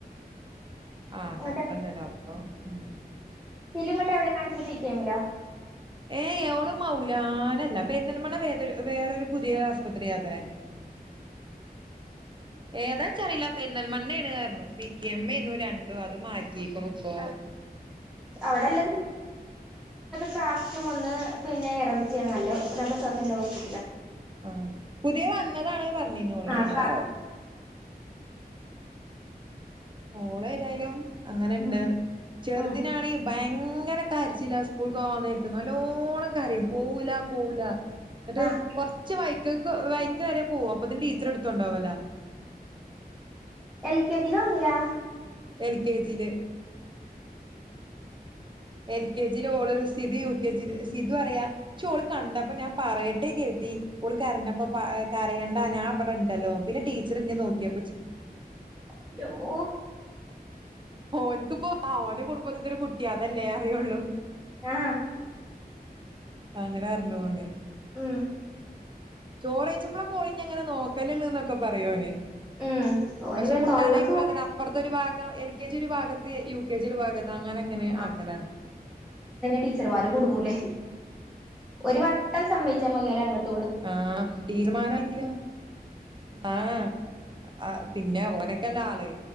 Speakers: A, on the right; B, in the centre.
A: ആഹ
B: ഇങ്ങട്ട്
A: കട്ടണ്ടല്ലോ അപ്പൊ ഉ
B: ചിലുങ്ങോട്ട എവിടെ കാണസരിപ്പിക്കുകമിലോ
A: ഏ് അവള് മൗലാനല്ല അപ്പൊ എാലും വേ വ വേറരു പുതിയ ആസ്പത്രി യാത്രേ ഏത ചരി ലക്ക തെണ്ന്നൽമണ്ണ ആണ് കാരണു പി ക എമ്മ എന്നും രണ്ടും അത് മാറ്റിക്കണ ഇപ്പൊ
B: അവിടെല്ല ക്രാഫ്റ്റും ഒന്ന് പിന്നെ ഇറമിച്ചിയാണ് നല്ല പ്രസവത്തിൻ്റെ വസ്
A: ആഹ പുതിയ വന്നതാണ് പറഞ്ഞന്നോളു
B: ആഹ്
A: ഏതാ ഓള ഏതായാലും അങ്ങനെണ്ട്
B: ഉം
A: ചെറുത്തിനാണെങ്കിൽ
B: ഉം
A: ഭയ അങ്ങനൊ കരിച്ചില്ല സ്കൂൾ പോവാന്ന നേരത്ത് നല്ലോണ്ണം കരയും പോവൂല പോവൂല ഒരു
B: ആഹ്
A: കുറച്ച് വൈ വൈക്ക് വരെ പോവുംും അപ്പൊ ഇതിന്റെ ടീച്ചർ എടുത്തണ്ടാവല്ല
B: എൽ കെ ജില ഒന്നില്ല
A: എൽ കെ ജിയിലെ എൽ കെ ജി ഓള് സി യു കെ ജി സിത് പറയാ പ ഓള് കണ്ടപ്പോ ഞാൻ പറയട്ടേക്ക എ ഉൾ കരഞ്ഞപ്പോ കരെണ്ട ഞാൻ ബടെ ടെണ്ടല്ലോ പിന്നെ ടീച്ചറി ഇ നോക്കിയപ്പോ
B: ന്റെ അമ്മോ
A: ഓനക്ക്പ്പോ ഓന്റെ കുടുംബത്തിത്തെ ഒരു കുട്ടി ട്ട അതല്ലേ അറിയുള്ളൂ
B: ആഹ്
A: അങ്ങനെ അറിഞ്ഞു പോനെ
B: ഉം
A: ചോറയച്ചുമ്പളാ കോളിഞ്ഞ എങ്ങനെ നോക്കലന്നൊക്കെ പറയോനെ
B: ഉം ഓന്
A: പക്ഷെ
B: പിന്നെ
A: മുണ്ടാനൻ
B: തൊള്ളക്ക്
A: ആയിക്കൂലതെ അപ്പുറത്തെ ഒരു ഭാഗം എൽ കെ ജി ഒരു ഭാഗത്ത് യു കെ ജി ഒരു ഭാഗത്ത് അങ്ങനെ അങ്ങനെ
B: ആ
A: ആക്കലാണ്
B: ടീച്ചർമാര് ലെ ഒരു വട്ടം സമ്മവച്ചാൽ മതിപലെ അങ്ങോട്ട്
A: ആഹ തീരുമാനങ്കിലോ ആഹ ആ പിന്നെ ഓനക്കല്ല ആള്